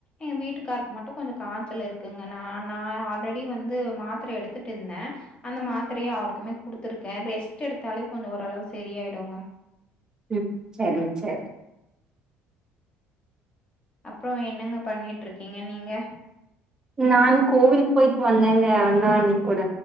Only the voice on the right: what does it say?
ம் சேரி சேரி
நா கோவிலுக்கு போயிட்டு வந்தேங்க அண்ணா அண்ணி கூட